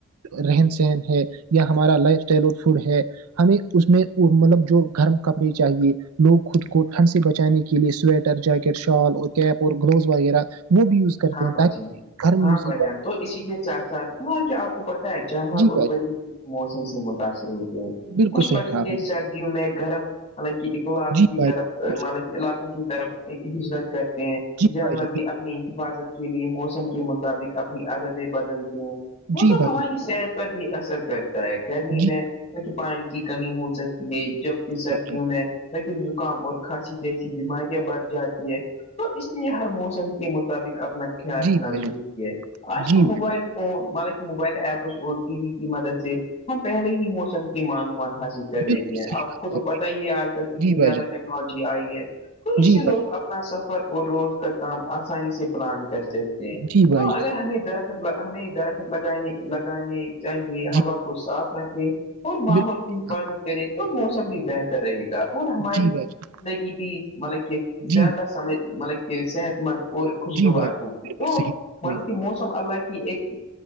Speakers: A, on the right; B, on the left.
A: رہن سہن ہے یا ہمارا لائف اسٹائل اور فوڈ ہے ہمیں اس میں مطلب جو گرم کپڑے چاہیے لوگ خود کو کھن سے بچانے کے لیے سویٹر جیکٹ شال اور کیپ اور گلوز وغیرہ وہ بھی یوز کرتے
B: ہاں
A: ہیں
B: بھائی
A: تاکہ
B: جان
A: گھر
B: ہاں
A: میں یوز
B: بھائی جان تو اسی ساتھ ساتھ وہاں کیا آپ کو پتا ہے جانور
A: جی
B: اور
A: بھائی
B: پرند
A: جان
B: موسم سے متاثر ہوتے ہیں
A: بالکل
B: کچھ
A: صحیح
B: پرندے
A: کہا آپ نے
B: سردیوں میں گرم حالانکہ اخلاق
A: جی
B: کی
A: بھائی
B: طرف
A: جان بالکل صحیح۔
B: ملب علاقوں کی طرف ہجرت کرتے ہیں
A: جی
B: جانور
A: بھائی جان
B: بھی اپنی حفاظت کے لیے موسم کے مطابق اپنی عادتیں بدلتے ہیں موسم
A: جی بھائی
B: ہماری
A: جان
B: صحت پر بھی اثر کرتا ہے گرمی
A: جی
B: میں ک پانی کی کمی ہو سکتی ہے جب سردیوں
A: بھائی جان
B: میں تاکہ زکام اور کھانسی جیسی بیماریاں بڑھ جاتی ہے تو اس لیے ہر موسم کے مطابق اپنا خیال
A: جی
B: رکھنا
A: بھائی
B: ضروری
A: جان
B: ہے آج
A: جی
B: کے موبائل مطا موبائل ایپس اور ٹی وی کی مدد سے ہم پہلے ہی موسم کی معلومات حاصل کر
A: بالکل
B: لیتے ہیں
A: صحیح
B: آپ
A: کہا
B: کو تو پتا ہی ہے آج کل
A: نے
B: کتنی
A: جی
B: زیادہ
A: بھائی جان
B: ٹیکنالوجی آئی ہے تو اس
A: جی
B: سے
A: بھائی
B: لوگ اپنا سفر اور روز کا کام آسانی سے پلان کر سکتے
A: جان، جی بھائی
B: تو
A: جان
B: اگر ہمیں درخت ہمیں درخت لگانے لگانے چاہیے
A: جی
B: ہوا کو صاف رکھے اور ماحول
A: بالکل صحیح
B: کی حفاظت
A: کہا آپ نے
B: کرے تو موسم بھی بہتر رہے گا اور ہماری
A: جی بھائی جان
B: زندگی ب مطلب کہ
A: جی
B: زیادہ سمجھ مطلب کہ صحت مند اور <unintelligible> خوشگوار
A: جی بھائی جان
B: ہوگی
A: بالکل
B: تو
A: صحیح کہا آپ
B: مطلب
A: نے
B: کی مو م اللہ کی ایک